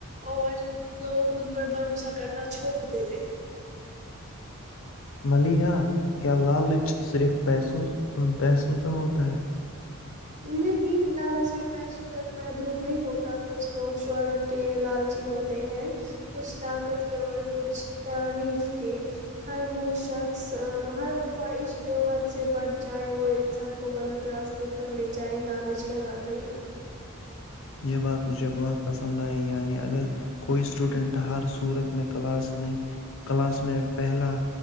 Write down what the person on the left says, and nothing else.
ملحا کیا لالچ صرف پیسوں کا ہوتا ہے <inaudible>
یہ بات مجھے بہت پسند آئی یعنی اگر کوئی اسٹوڈینٹ ہر صورت میں کلاس میں کلاس میں پہلا